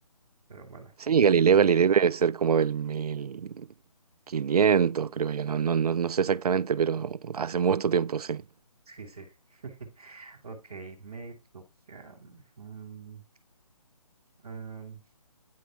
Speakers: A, in the centre; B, on the right (about 80°).
A: pero bueno,
B: Sí,
A: mm,
B: Galileo Galilei debe ser como del mil quinientos creo yo. No, no, no, no sé exactamente, pero hace mucho tiempo, sí.
A: sí, sí. <laughs> Ok, me toca. mm, am,